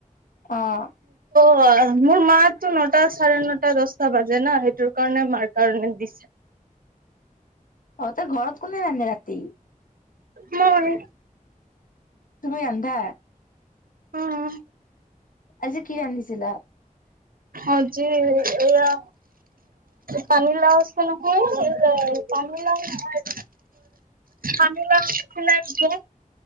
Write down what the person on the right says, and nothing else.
অ মোৰ মাতো নটা চাৰে নটা দচটা বাজে ন সেইটোৰ কাৰণে মাৰ কাৰণে দিছে
মই
উম
আজি এয়া পানিলা আছে নহয় পানীলাও নহয় আমি বা খোলাই যে